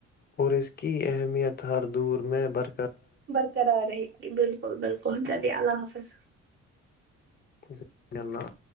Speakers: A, on the left; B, on the right.
A: اور اس کی اہمیت ہر دور میں بر
B: برقرار رہء گی بالکل بالکل چلیے اللہ حافظ
A: <unintelligible>